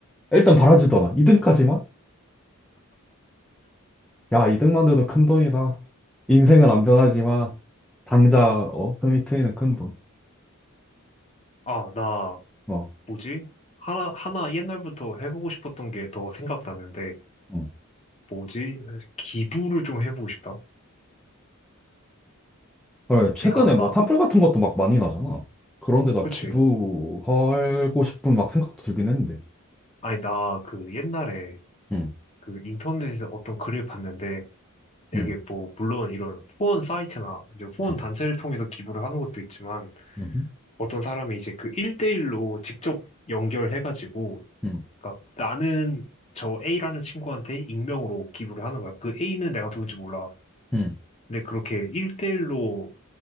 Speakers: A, in the centre; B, on the left (about 30°).
A: 일단 바라지도 않아. 이등까지만 야, 이득만 돼도 큰돈이다. 인생은 안 변하지만, 당장, 어, 흠이 트이는 큰돈.
B: 아, 나,
A: 어.
B: 뭐지? 하나, 하나 옛날부터 해보고 싶었던 게 더 생각나는데,
A: 응.
B: 뭐지? 기부를 좀 해보고 싶다.
A: 헐, 최근에
B: 그러니까
A: 뭐
B: 막,
A: 산불 같은 것도 막 많이 나잖아. 그런데다
B: 그치.
A: 기부하고 싶은 막 생각도 들긴 했는데.
B: 아니, 나 그 옛날에
A: 응.
B: 그 인터넷에서 어떤 글을 봤는데, 이렇게
A: 응.
B: 뭐 물론 이런 후원 사이트나 이제 후원
A: 응.
B: 단체를 통해서 기부를 하는 것도 있지만
A: 응.
B: 어떤 사람이 이제 그일대일로 직접 연결해가지고
A: 응.
B: 그러니까 나는 저 A라는 친구한테 익명으로 기부를 하는 거야. 그 A는 내가 누군지 몰라.
A: 응.
B: 근데 그렇게 일대일로